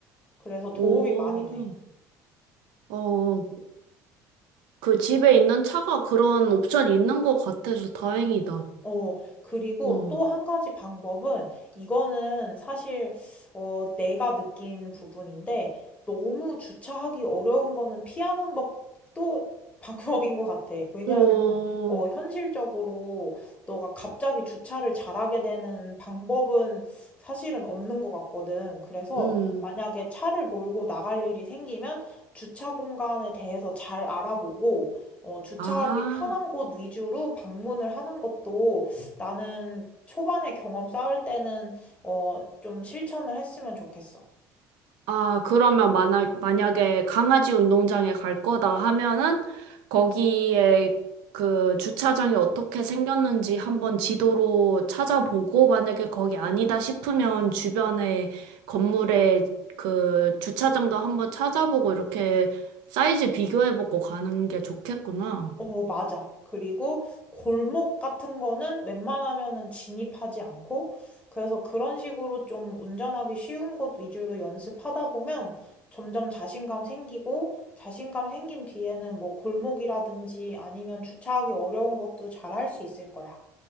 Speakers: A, on the left; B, on the right.
A: 그래서 도움이
B: 오,
A: 많이 돼.
B: 어, 그 집에 있는 차가 그런 옵션이 있는 것 같아서 다행이다.
A: 어, 그리고
B: 어,
A: 또 한 가지 방법은, 이거는 사실, 어, 내가 느낀 부분인데, 너무 주차하기 어려운 거는 피하는 법도 <laughs> 방법인 것 같아. 왜냐하면,
B: 어,
A: 어, 현실적으로 너가 갑자기 주차를 잘하게 되는 방법은 사실은 없는 것 같거든. 그래서
B: 음.
A: 만약에 차를 몰고 나갈 일이 생기면 주차 공간에 대해서 잘 알아보고, 어, 주차하기
B: 아,
A: 편한 곳 위주로 방문을 하는 것도 나는 초반에 경험 쌓을 때는, 어, 좀 실천을 했으면 좋겠어.
B: 아, 그러면 만약, 만약에 강아지 운동장에 갈 거다 하면은 거기에 그 주차장이 어떻게 생겼는지 한번 지도로 찾아보고 만약에 거기 아니다 싶으면 주변에 건물에 그 주차장도 한번 찾아보고 이렇게 사이즈 비교해보고 가는 게 좋겠구나.
A: 어, 맞아. 그리고 골목 같은 거는 웬만하면은 진입하지 않고, 그래서 그런 식으로 좀 운전하기 쉬운 곳 위주로 연습하다 보면 점점 자신감 생기고, 자신감 생긴 뒤에는 뭐 골목이라든지 아니면 주차하기 어려운 것도 잘할 수 있을 거야.